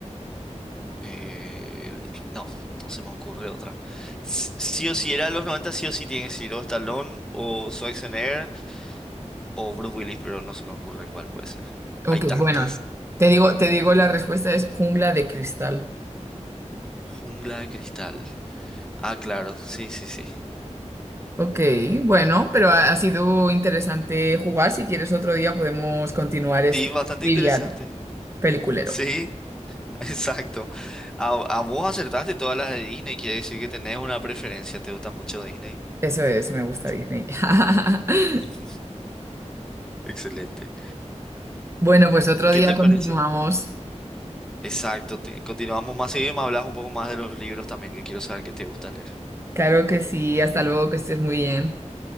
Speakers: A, in the centre; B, on the right (about 20°).
A: Eh, no, no se me ocurre otra. S- Sí o sí, era los 90. sí o sí tiene que ser o Stallone o Schwarzenegger o Bruce Willis, pero no se me ocurre cuál puede ser.
B: Ok,
A: Hay tantas.
B: bueno, te digo, te digo la respuesta es jungla de cristal.
A: Jungla de cristal. Ah, claro, sí, sí, sí.
B: Ok, bueno, pero ha, ha sido interesante jugar. Si quieres otro día podemos continuar este
A: Sí, bastante
B: trivial
A: interesante.
B: peliculero.
A: Sí, <laughs> exacto. A, a vos acertaste todas las de Disney, quiere decir que tenés una preferencia, te gusta mucho Disney.
B: Eso es, me gusta
A: Sí.
B: Disney. <laughs>
A: <laughs> Excelente.
B: Bueno, pues otro
A: ¿Qué
B: día
A: te
B: continuamos.
A: parece? Exacto, te- continuamos más seguido y me hablas un poco más de los libros también, que quiero saber qué te gusta leer.
B: Claro que sí, hasta luego, que estés muy bien.